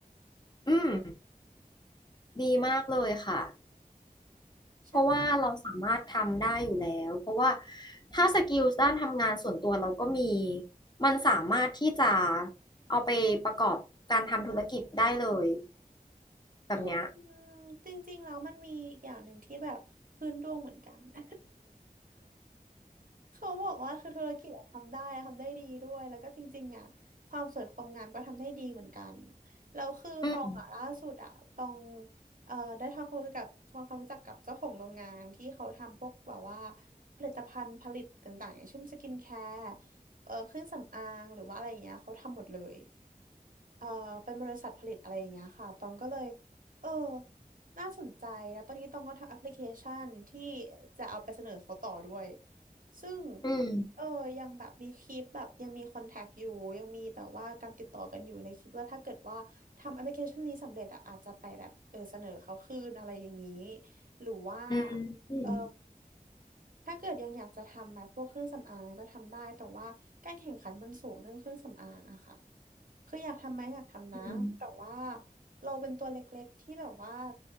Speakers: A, on the left; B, on the right.
A: อืม ดีมากเลยค่ะ
B: ใช่
A: เพราะว่าเราสามารถทำได้อยู่แล้ว เพราะว่าถ้าสกิลด้านทำงานส่วนตัวเราก็มี มันสามารถที่จะเอาไปประกอบการทำธุรกิจได้เลยแบบเนี้ย
B: อืมจริงๆแล้วมันมีอีกอย่างหนึ่งที่แบบพื้นดวงเหมือนกัน <laughs> เขาบอกว่าคือธุรกิจอะทำได้อะทำได้ดีด้วยแล้วก็จริงๆอ่ะความสวยความงามก็ทำได้ดีเหมือนกันแล้วคือตองอ่ะล่าสุดอ่ะตอง
A: อืม
B: เอ่อได้ทำความรู้จักกับทำความรู้จักกับเจ้าของโรงงานที่เขาทำพวกแบบว่าผลิตภัณฑ์ผลิตต่างๆอย่างเช่นสกินแคร์เอ่อเครื่องสำอางหรือว่าอะไรอย่างเงี้ยเขาทำหมดเลย เอ่อเป็นบริษัทผลิตอะไรอย่างเงี้ยค่ะตองก็เลยเออน่าสนใจแล้วตอนนี้ตองก็ทำแอปพลิเคชันที่จะเอาไปเสนอเขาต่อด้วยซึ่ง
A: อืม
B: เออยังแบบมีคลิปแบบยังมีคอนแทคอยู่ยังมีแบบว่าการติดต่อกันอยู่เลยคิดว่าถ้าเกิดว่าทำแอปพลิเคชันนี้สำเร็จอะอาจจะไปแบบเออเสนอเขาคืนอะไรอย่างนี้หรือว่า
A: อืมอืม
B: เออถ้าเกิดยังอยากจะทำแบบพวกเครื่องสำอางอะไรก็ทำได้แต่ว่าการแข่งขันมันสูงเรื่องเครื่องสำอางอะค่ะ คืออยากทำไหมอยากทำนะแต่ว่า
A: อืม
B: เราเป็นตัวเล็กๆที่แบบว่า